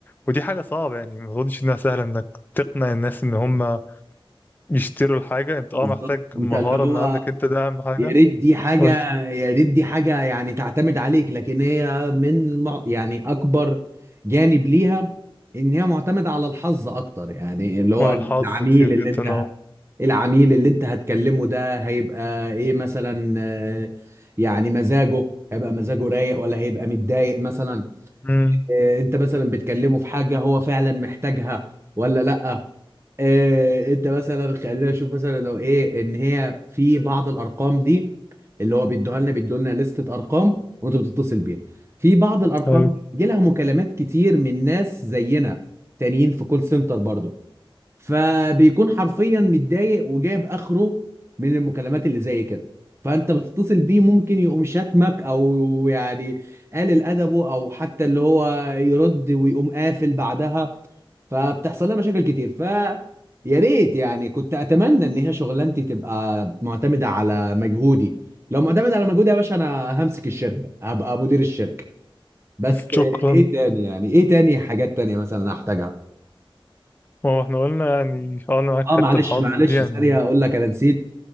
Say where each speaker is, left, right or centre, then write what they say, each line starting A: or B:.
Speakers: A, on the left; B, on the right.
A: ودي حاجه صعبه يعني ما اظنش انها سهله انك تقنع الناس ان هم يشتروا الحاجه انت
B: بالظبط
A: اه محتاج
B: أنت
A: مهاره
B: اللي هو
A: من عندك انت ده اهم حاجه
B: يا ريت دي حاجة
A: قول لي.
B: يا ريت دي حاجة يعني تعتمد عليك لكن هي من مع- يعني أكبر جانب ليها إن هي معتمدة على الحظ أكتر يعني اللي هو
A: ما هو الحظ
B: العميل
A: كتير
B: اللي
A: جدا
B: أنت
A: اه
B: العميل اللي أنت هتكلمه ده هيبقى إيه مثلا آه، يعني مزاجه هيبقى مزاجه رايق ولا هيبقى متضايق مثلا
A: امم
B: آه، أنت مثلا بتكلمه في حاجة هو فعلا محتاجها ولا لأ إيه انت مثلا خلينا نشوف مثلا لو ايه ان هي في بعض الارقام دي اللي هو بيدوها لنا بيدوا لنا لستة ارقام وانت بتتصل بيها في بعض الارقام
A: ايوه
B: دي يجي لها مكالمات كتير من ناس زينا تانيين في كول سنتر برضو فبيكون حرفيا متضايق وجايب اخره من المكالمات اللي زي كده فانت بتتصل بيه ممكن يقوم شاتمك او يعني قلل ادبه او حتى اللي هو يرد ويقوم قافل بعدها فبتحصل لها مشاكل كتير ف يا ريت يعني كنت اتمنى ان هي شغلانتي تبقى معتمده على مجهودي لو معتمده على مجهودي يا باشا انا همسك الشركه هبقى مدير الشركه بس
A: شكرا
B: ايه تاني يعني ايه تاني حاجات تانية مثلا انا احتاجها
A: ما هو احنا قلنا يعني اه انا معاك
B: اه
A: في حته
B: معلش
A: الحظ
B: معلش
A: دي يعني
B: ثانيه اقول لك انا نسيت